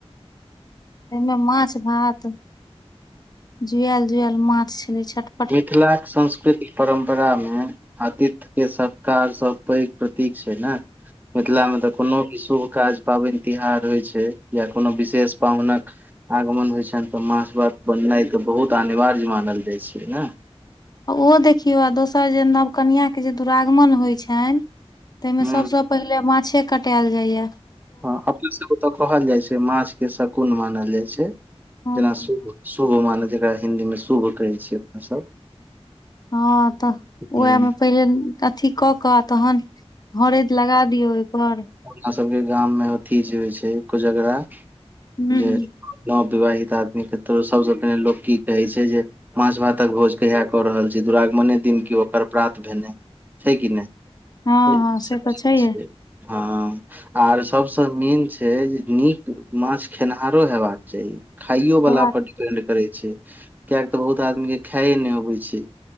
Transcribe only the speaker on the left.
एहिमे माछ भात जुआल जुआल माछ छले छठ।
आ ओहो देखियौ आ दोसर जे नव कनिआाके जे दुरागमन होइत छनि ताहिमे
सभसँ। पहिले माछे कटायल जाइए।।
मे
हँ तऽ
वेहमे
पहिले अथी कऽ कऽ तहन। हरैद लगा दियौ ओहि पर।
हूँ
हँ
हँ
से तऽ
छैेहे।
हेबाक